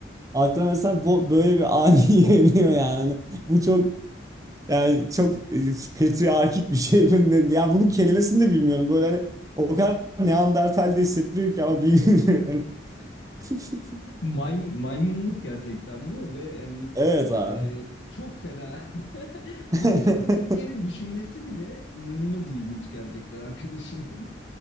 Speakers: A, on the right; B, on the left.
A: Aklıma mesela bu, böyle bir ani <laughs> geliyor yani. Hani bu çok yani çok e, patriarkik bir şey. <laughs> Yani bunun kelimesini de bilmiyorum. Böyle hani o kadar Neandertal de hissettiriyor ki ama bilmiyorum. <laughs>
B: May- maymunluk gerçekten bu ve hani
A: Evet abi.
B: e, çok fena. <laughs> Bunu
A: <laughs>
B: yapabileceğini düşünmesi bile inanılmaz ilginç gerçekten arkadaşının.